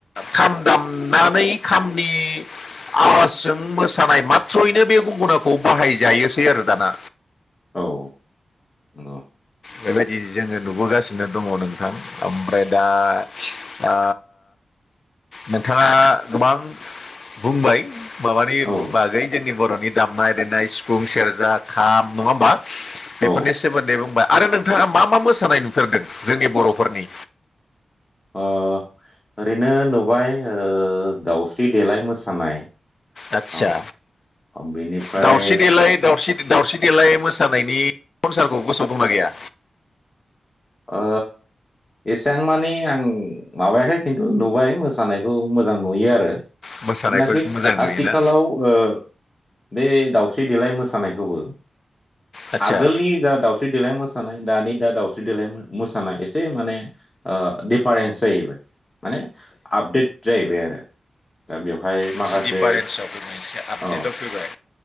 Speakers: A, on the left (about 55°); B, on the left (about 25°).
A: खाम दामनानै खामनि आवाजजों मोसानाय माथ्र'यैनो बे गंगनाखौ बाहायजायोसै आरो दाना।
B: औ नंगौ।
A: बेबायदि जोंङो नुबोगासिनो दंङ नोंथां ओमफ्राय दा आ नोंथाङा गोबां बुंबाय माबानि
B: औ
A: बागै जोंनि बर'नि दामनाय देनाय सिफुं सेरजा खाम नङा होमबा? बेफोरनि
B: औ ओ
A: सोमोन्दै बुंबा आरो नोंथाङा मा मा मोसानाय नुफेरदों जोंनि बर'फोरनि
B: ओरैनो नुबाय ओ दाउस्रि देलाय मोसानाय।
A: आतसा
B: औ बेनिफ्राय
A: दाावस्रि देलाय दावस्रि दावस्रि देलाय मोसानायनि संसारखौ गोसोआव दंना गैया?
B: ओ एसेबां मानि आं माबायाखै खिन्थु नुबाय मोसानायखौ मोजां नुयो आरो।
A: मोसानायखौ
B: जिनाखि
A: मोजां नुयोना
B: आथिखालाव ओ बे दाउ दावस्रि देलाय मोसानायखौबो
A: आदसा
B: आगोलनि जा दावस्रि देलाय मोसानाय दानि दा दाउस स्रि देलाय मोसानाय एसे माने ओ दिडिफारेन्स जाहैबाय माने आपडेट जाहैबाय आरो। दा बेवहाय
A: एसे
B: माखासे
A: दिफारेन्सआव फैबाय एसे आपडेटआव
B: औ
A: फैबाय।